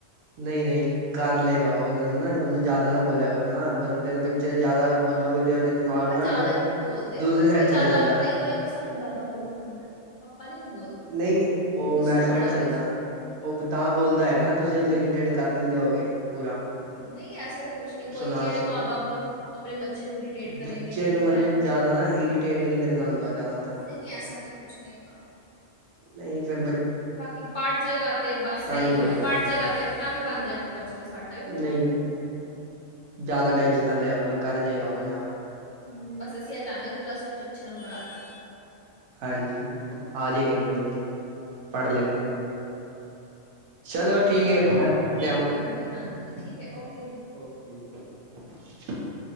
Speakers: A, on the right; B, on the left.
A: ਨਹੀਂ-ਨਹੀਂ, ਕਰ ਲਏਗਾ ਉਹ, ਉਹਨਾਂ ਨੂੰ ਨਾ, ਉਹਨੂੰ ਜ਼ਿਆਦਾ ਨਾ ਬੋਲਿਆ ਕਰੋ ਨਾ, <unintelligible> ਬੱਚੇ ਨੂੰ। ਜ਼ਿਆਦਾ ਬੋਲੋਗੇ ਤੇ ਉਹਦੇ ਦਿਮਾਗ
B: ਨਹੀਂ ਪਰ
A: ਨਾ
B: ਜ਼ਿਆਦਾ
A: ਫੇਰ,
B: ਨਹੀਂ ਉਹਨੂੰ ਬੋਲਦੇ
A: ਦੂਸਰੀ
B: ਉਹ
A: ਸਾਈਡ
B: ਹੀ ਜ਼ਿਆਦਾ
A: ਚਲਾ ਜਾਂਦੈ।
B: ਕਈ ਵਾਰੀ ਉਹ ਹੀ ਸਾਨੂੰ ਜਿਆਦਾ ਬੋਲ ਜਾਂਦਾ ਐ, ਆਪਾਂ ਨੀ ਨੀ ਬੋਲਦੇ।
A: ਨਈਂ ਉਹ
B: ਗੁੱਸਾ
A: ਮੈਂ
B: ਬੜਾ
A: ਸਮਝ
B: ਉਹਦੇ
A: ਸਕਦਾ।
B: 'ਚ
A: ਉਹ ਤਾਂ ਬੋਲਦਾ ਹੈਗਾ ਨਾ ਤੁਸੀਂ ਉਹਨੂੰ ਇਰੀਟੇਟ ਕਰ ਦਿੰਦੇ ਹੋਗੇ ਪੂਰਾ।
B: ਨਈਂ ਐਸਾ ਤਾਂ ਕੁਛ ਨੀਂ ਕੋਈ
A: ਸੁਣਾ
B: ਕਿਹੜੇ
A: ਸੁਣੋ
B: ਮਾਂ-ਬਾਪ ਆਪਣੇ ਬੱਚੇ ਨੂੰ ਇਡੀਟੇਟ ਕਰੇਗੇ
A: ਬੱਚੇ
B: ਕੇੜੀ
A: ਨੂੰ ਮਤਲਬ
B: ਭੈਣ
A: ਜ਼ਿਆਦਾ ਨਾਂ ਇਰੀਟੇਟ ਨੀਂ ਕਰੀਦਾ ਹੁੰਦਾ ਜਿਆਦਾ
B: ਨ੍ਹੀਂ ਐਸਾ ਤਾਂ ਕੁਛ ਨੀਂ ਹੈਗਾ।
A: ਨਈਂ ਫਿਰ
B: ਬਾਕੀ ਪੜ੍ਹ ਜੇਗਾ ਤੇ ਬਸ
A: ਤਾਂ
B: ਇਹੀ
A: ਹੀ
B: ਓ
A: ਬੋਲਦਾ
B: ਗੱਲ ਏ ਪੜ੍ਹ
A: ਬੱਚਾ
B: ਜੇਗ੍ਹਾ ਤੇ ਆਪਣਾ ਵੀ ਬਣ ਜੇਗਾ ਕੁਛ ਤੇ ਸਾਡਾ ਵੀ ਕੁਛ ਬਣ
A: ਨਹੀਂ
B: ਜੇਗਾ।
A: ਜ਼ਿਆਦਾ ਟੈਨਸ਼ਨ ਨਾ ਲਿਆ ਕਰੋ, ਕਰ ਜੇ ਆਪਣੇ ਆਪ।
B: ਹਂ, ਬਸ ਅਸੀਂ ਇਹ ਚਾਣੇ ਆਂ, ਓਦੇ ਪਲੱਸ ਟੂ ਚ ਅੱਛੇ ਨੰਬਰ ਆ ਜਾਣ।
A: ਹਾਂਜੀ, ਆਜੇਗੇਂ ਕੋਈ ਨੀਂ ਪੜ੍ਹ ਲੇਗਾ।
B: ਹਮ,
A: ਚਲੋ ਠੀਕ ਐ ਫਿਰ ਹੈਂ <unintelligible>
B: ਹਾਂਜੀ, ਹਾਂਜੀ ਠੀਕ ਹੈ ਓਕੇ ਜੀ।
A: ਠੀਕ ਐ ਜੀ।